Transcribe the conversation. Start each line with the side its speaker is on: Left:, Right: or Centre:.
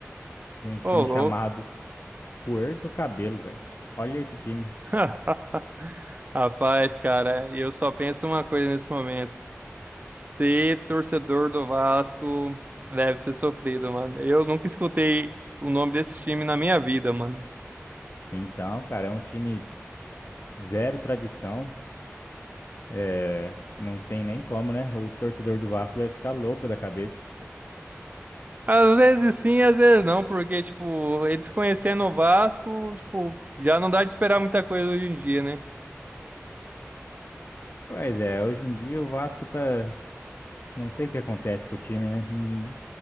Left: de um time
Right: Ô, louco.
Left: chamado Puerto Cabelo, velho. Olha esse time.
Right: <laughs> Rapaz, cara, eu só penso uma coisa nesse momento. Ser torcedor do Vasco deve ser sofrido, mano. Eu nunca escutei o nome desse time na minha vida, mano.
Left: Então, cara, é um time zero tradição. É, não tem nem como, né? O torcedor do Vasco deve ficar louco da cabeça.
Right: Às vezes sim, às vezes não, porque, tipo, eles conhecendo o Vasco, tipo, já não dá de esperar muita coisa hoje em dia, né?
Left: Pois é, hoje em dia o Vasco tá. Não sei o que acontece com o time, né? Hum,